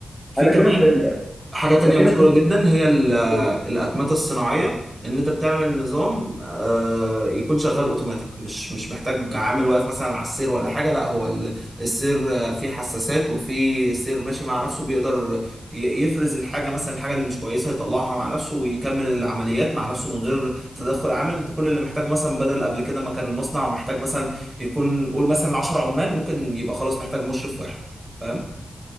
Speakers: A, on the right; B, in the centre.
A: في
B: انا
A: كمان
B: كده فهمت انا
A: حاجة تانية
B: أنا كده
A: مشهورة
B: فهمت
A: جدا هي ال-
B: ده
A: الأتمتة الصناعية إن أنت بتعمل نظام آه، يكون شغال أوتوماتيك مش مش محتاج عامل واقف مثلا على السير ولا حاجة لا هو ال- السير آه، فيه حساسات وفيه سير ماشي مع نفسه بيقدر ي- يفرز الحاجة مثلا الحاجة اللي مش كويسة يطلعها مع نفسه ويكمل العمليات مع نفسه من غير تدخل عامل أنت كل اللي محتاجه مثلا بدل قبل كده ما كان المصنع محتاج مثلا يكون قول مثلا 10 عمال ممكن يبقى خلاص محتاج مشرف واحد فاهم؟